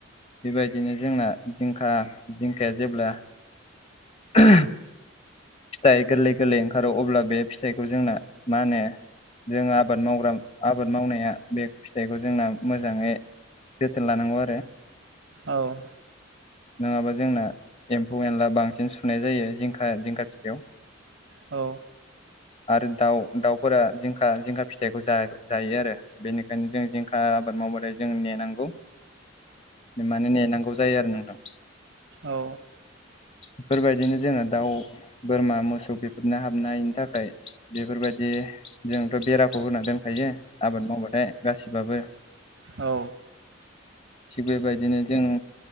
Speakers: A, on the left (about 30°); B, on the right (about 70°).
A: बेबायदिनो जोंना जिंखा जिंखाया जेब्ला <inaudible> फिथाइ गोरलै गोरलै ओंखारो अब्ला बे फिथाइखौ जोंना मा होनो। जोंङो आबाद मावग्रा आबाद मावनाया बे फिथाइखौ जोंना मोजाङै‌ जोथोन लानांगौ आरो।
B: औ।
A: नङाबा जोंना एम्फौ एनला बांसिन सुनाय जायो जिंखा जिंखा फिथायाव।
B: औ
A: <inaudible> आरो दाउ दाउफोरा जिंखा जिंखा फिथाइखौ जायो आरो बेनिखायनो जों जिंखा आबाद मावो। मावबाथाय जोंङ नेनांगौ मानो नेनांगौ जायो आरो नोंथां।
B: औ।
A: बेफोरबायदिनो जोङो दाउ बोरमा मोसौ बेफोरनो हाबनायनि थाखाय बेफोर बायदि। जोंथ' बेराखौ होना दोनखायो आबाद मावबाथाय गासिबो।
B: औ।
A: थिग बेबायदिनो जों